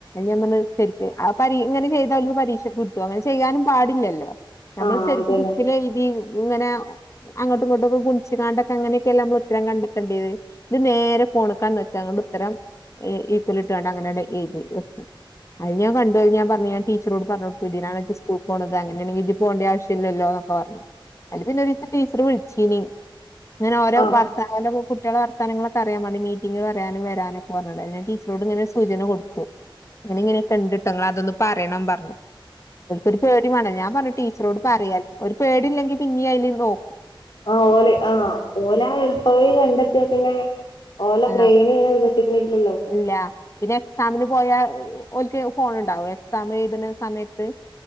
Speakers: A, on the left; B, on the left.
A: ഞാൻ പറഞ്ഞ് ആഹ് പരീ ഇങ്ങനെ ചെയ്താ പരീക്ഷക്ക് കിട്ടുവോ അങ്ങനെ ചെയ്യാനും പാടില്ലല്ലോ നമ്മള്
B: ആ
A: ശരിക്ക്
B: അതന്നെ
A: ബുക്കിൽ എഴുതി ഇങ്ങനെ അങ്ങോട്ടും ഇങ്ങോട്ടും ഒക്കെ ഗുണിച്ച് കാണ്ടൊക്കെ അങ്ങനെയൊക്കെല്ലേ നമ്മള് ഉത്തരം കണ്ടത്തണ്ടിയേത് ഇത് നേരെ ഫോണ്ക്കാ നോക്കുക അതുകൊണ്ട് ഉത്തരം ഈക്വൽ ഇട്ട് വേണ്ട അങ്ങനാണ്ട് എഴുതി വക്കണ് അത് ഞാൻ പണ്ടു പോയി ഞാൻ പറഞ്ഞു ഞാൻ ടീച്ചറോട് പറഞ്ഞു കൊടുത്തു ഇതിനാണോ സ്കൂളിൽ പോണത് അങ്ങനാണെങ്കിൽ ഇജ്ജ് പോകണ്ട ആവശ്യം ഇല്ലല്ലോ ലോ പറഞ്ഞ് അലിപിന്നെ ഒരു ദിവസം ടീച്ചർ വിളിച്ചീനി ഇങ്ങനെ ഓരെ
B: ആഹ്
A: വാർത്താന കുട്ടിയോളുടെ വർത്താനങ്ങളൊക്ക അറിയാൻ വേണ്ടി മീറ്റിംഗ് പറയാനും വരാനും ഒക്കെ പറഞ്ഞുണ്ട് ഞാൻ ടീച്ചറോട് ഇങ്ങന ഒരു സൂചന കൊടുത്തു <unintelligible> ഇങ്ങനെ കണ്ട് ട്ടോ നിങ്ങൾ അതൊന്ന് പറയണം പറഞ്ഞു ക്കൊരു പേടി വേണം ഞാൻ പറഞ്ഞു ടീച്ചറോട് പറയാൻ ഒരു പേടി ഇല്ലെങ്കി പിന്നീ അതില് നോ
B: ആഹ് ഓല് ആഹ് ഓലാ എളുപ്പ വഴി കണ്ടെത്തിയ പിന്നെ ഓല
A: ആഹ്
B: ബ്രെയിന് വികസിക്കണില്ലല്ലോ
A: ഇല്ല പിന്നെ എക്സാമിന് പോയാൽ ഓൽക്ക് ഫോൺ ഉണ്ടാവോ എക്സാം എഴുതണ സമയത്ത്